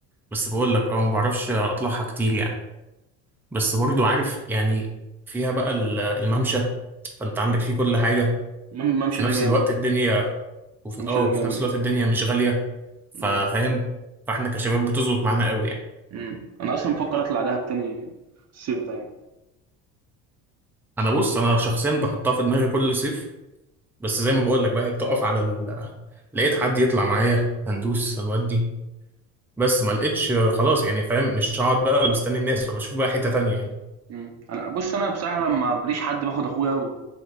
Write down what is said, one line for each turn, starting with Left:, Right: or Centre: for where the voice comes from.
Centre: بس بقول لك اه ما بعرفش اطلعها كتير يعني بس برضو عارف يعني فيها بقى ال- الممشى فانت عندك فيه كل حاجه
Right: مم ممشى
Centre: وفي نفس
Right: ده جامد،
Centre: الوقت الدنيا وفي
Right: ممشى
Centre: اه
Right: ده
Centre: وفي
Right: جامد،
Centre: نفس الوقت الدنيا مش غاليه فا-
Right: إمم،
Centre: فاهم فاحنا كشباب بتظبط معانا قوي يعني
Right: إمم، أنا أصلًا بافكر أطلع دهب تاني الصيف ده يعني،
Centre: انا بص انا شخصيا بحطها في دماغي كل صيف بس زي ما بقول لك بقى هي بتقف على ال... لقيت حد يطلع معايا هندوس هنودي بس ما لقيتش آه، خلاص يعني فاهم مش هقعد بقى مستني الناس فبشوف بقى حتة تانية يعني
Right: إمم، أنا بُص أنا بصراحة لمّا ما بالاقيش حد باخد أخويا و